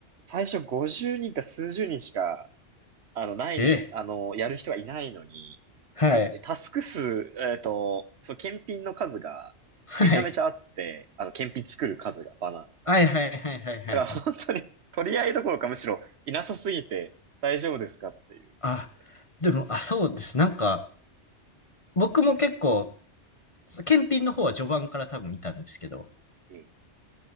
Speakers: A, on the right; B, on the left.
A: 最初50人か数十人しか、あの、ないのに、
B: ー、え、
A: あの、やる人がいないのに、
B: はい。
A: タスク数、えっと、その検品の数がめちゃめちゃあって、
B: はい。
A: あの、検品作る数が、バナーの数が。
B: はいはいはいはいはいはい。
A: だから本当に取り合いどころかむしろいなさすぎて大丈夫ですかっていう感じで。
B: あ、でも、あ、そうです。なんか、僕も結構、検品の方は序盤から多分見たんですけど、
A: ええ